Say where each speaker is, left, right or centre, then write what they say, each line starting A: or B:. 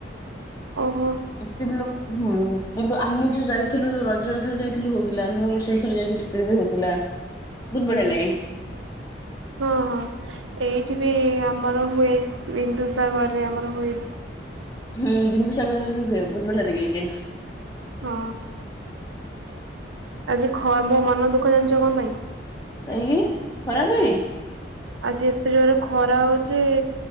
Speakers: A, on the right (about 80°); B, on the left (about 15°).
A: ଓହୋ
B: ଏତେ ବି ଲୋକ ହୁଁ। କିନ୍ତୁ ଆମେ ଯୋଉ ଯାଇଥିଲୁ ଯୋଉ ରଜରେ ଥରେ ଯାଇଥିଲୁ ହଉଥିଲା ନୂଆ ବର୍ଷର ଥରେ ଯାଇଥିଲୁ ସ୍ତ୍ରୀ ବି ହଉଥିଲା। ବହୁତ ବଢିଆ ଲାଗେ।
A: ଓ ହୋ। ଏଠି ବି ଆମର ହୁଏ ବିନ୍ଦୁସାଗରରେ ଆମର ହୁଏ।
B: ହୁଁ ବିନ୍ଦୁ ସାଗରରେ ବି ହୁଏ ବହୁତ ବଢିଆ ଲାଗିଲ ଲ କେ।
A: ହଁ ଆଜି ମୋ ମନ ଦୁଃଖ ଜାଣିଛ କଣ ପାଇଁ?
B: କହିକି ଖରା ପାଇଁ।
A: ଆଜି ଏତେ ଜୋର ଖରା ହଉଛି